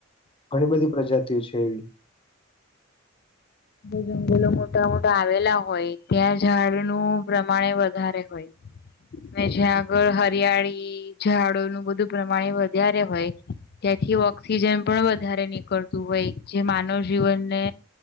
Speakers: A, on the left; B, on the left.
A: ઘણી બધી પ્રજાતિઓ છે એવીઊગ
B: જંગલો મોટા મોટા આવેલા હોય ત્યાં ઝાડનું પ્રમાણે વધારે હોય. ને જ્યાં આગળ હરિયાળી ઝાડોનુંું બધું પ્રમાણે વધારે હોય. ત્યાંથી ઓક્સિજન પણ વધારે નીકળતું હોય જે માનવ જીવનને.